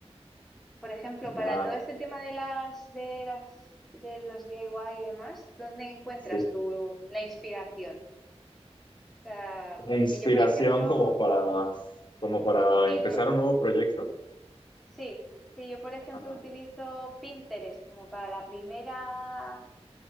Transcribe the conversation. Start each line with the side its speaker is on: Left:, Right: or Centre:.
Centre: Por ejemplo,
Left: ma-
Centre: para todo este tema de las, de las, de los DIY y y demás, ¿dónde encuentras
Left: sí.
Centre: tú la inspiración? O sea,
Left: La inspiración
Centre: que yo, por ejemplo,
Left: como para, como para
Centre: sí,
Left: empezar
Centre: por-
Left: un nuevo proyecto.
Centre: sí, sí, yo, por ejemplo,
Left: Ajá.
Centre: utilizo Pinterest como para la primera,